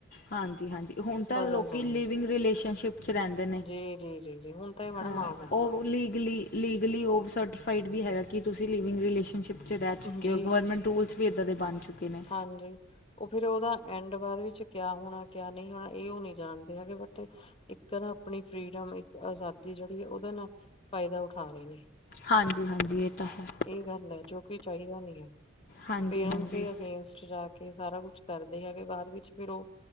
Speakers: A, on the left; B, on the left.
A: ਹਾਂਜੀ-ਹਾਂਜੀ ਹੁਣ ਤਾਂ
B: ਬਦਲ
A: ਲੋਕੀ
B: ਜਾਣੀ
A: ਲਿਵਿੰਗ
B: ਆ।
A: ਰਿਲੇਸ਼ਨਸ਼ਿਪ ਚ ਰੈਂਦੇ ਨੇ
B: ਜੀ, ਜੀ, ਜੀ, ਜੀ ਹੁਣ ਤਾਂ ਇਹ ਮੈਡਮ
A: ਹਾਂ
B: ਆਮ ਹੈ,
A: ਓ ਓ ਲੀਗਲੀ-ਲੀਗਲੀ ਓ ਸਰਟੀਫਾਈਡ ਵੀ ਹੈਗਾ ਕੀ ਤੁਸੀਂ ਲਿਵਿੰਗ ਰਿਲੇਸ਼ਨਸ਼ਿਪ ਚ ਰੈ ਚੁੱਕੇ
B: ਜੀ,
A: ਓ ਗਵਰਮੈਂਟ ਰੂਲਸ ਵੀ ਇੱਦਾਂ ਦੇ ਬਣ ਚੁੱਕੇ ਨੇ।
B: ਹਾਂਜੀ ਓ ਫਿਰ ਓਦਾ ਐਂਡ ਬਾਦ ਵਿੱਚ ਕਿਆ ਹੋਣਾ ਕਿਆ ਨੀ ਹੋਣਾ ਏ ਓ ਨੀ ਜਾਣਦੇ ਹੈਗੇ ਬਟ ਇੱਕ ਤਰ੍ਹਾਂ ਆਪਣੀ ਫਰੀਡਮ ਇੱਕ ਆਜ਼ਾਦੀ ਜੇੜੀ ਓਦੇ ਨਾ ਫਾਇਦਾ ਉਠਾ ਰੇ ਨੇ।
A: ਹਾਂਜੀ ਹਾਂਜੀ ਇਹ ਤਾਂ ਹੈ
B: ਏ ਗੱਲ ਐ ਜੋ ਕੀ ਚਾਈਦਾ ਨੀ ਐ।
A: ਹਾਂਜੀ
B: ਉਸਦੇ
A: ਹਾਂਜੀ।
B: ਅਗੇਂਸਟ ਜਾ ਕੇ ਸਾਰਾ ਕੁਛ ਕਰਦੇ ਹੈਗੇ ਬਾਦ ਵਿੱਚ ਫਿਰ ਓ